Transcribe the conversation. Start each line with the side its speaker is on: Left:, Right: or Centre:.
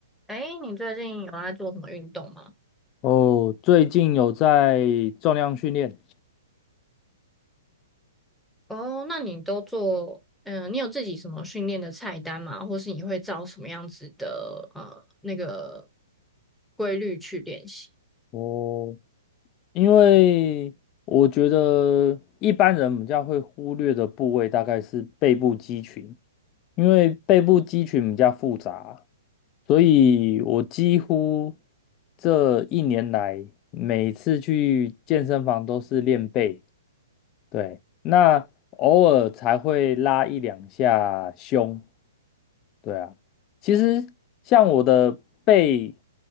Centre: 哎，你最近有在做什么运动吗？
Left: 哦，最近有在重量训练
Centre: 哦，那你都做，嗯，你有自己什么训练的菜单吗？或是你会照什么样子的呃那个规律去练习？
Left: 哦，因为我觉得一般人比较会忽略的部位大概是背部肌群，因为背部肌群比较复杂，所以我几乎这一年来每次去健身房都是练背，对，那偶尔才会拉一两下胸，对啊，其实像我的背